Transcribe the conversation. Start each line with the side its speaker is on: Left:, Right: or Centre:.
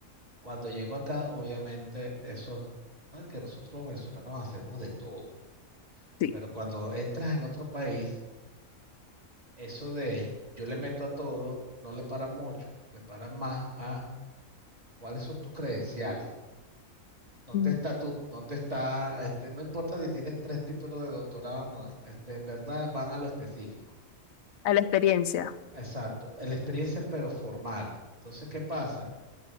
Right: cuando llego acá, obviamente, eso, ¿no? que nosotros los venezolanos hacemos de todo,
Left: Sí.
Right: pero cuando entras en otro país, eso de yo le meto a todo, no le para mucho, le para más a cuáles son tus credenciales. ¿Dónde
Left: Mm.
Right: está tu, dónde está, este, no importa si tienes tres títulos de doctorado, no, este, en verdad van a lo específico.
Left: A la experiencia,
Right: Exacto, la experiencia pero formal. Entonces, ¿qué pasa?